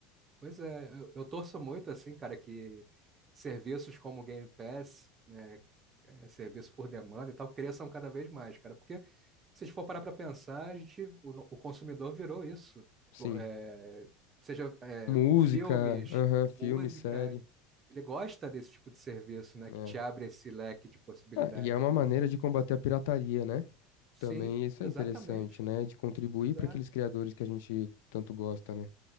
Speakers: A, on the right; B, on the left.
A: Pois é, eu, eu torço muito, assim, cara, que serviços como o Game Pass, né? é, serviço por demanda e tal, cresçam cada vez mais, cara. Porque se a gente for parar para pensar, a gente, o, no- o consumidor virou isso.
B: Sim.
A: é, seja é,
B: Música,
A: por filmes,
B: aham, filme,
A: música,
B: série,
A: ele gosta desse tipo de serviço, né?
B: né?
A: Que te abre esse leque de possibilidades,
B: Ah, e é uma
A: né?
B: maneira de combater a pirataria, né?
A: Sim,
B: Também isso
A: exatamente.
B: é interessante, né? De contribuir
A: Exato.
B: para aqueles criadores que a gente tanto gosta, né?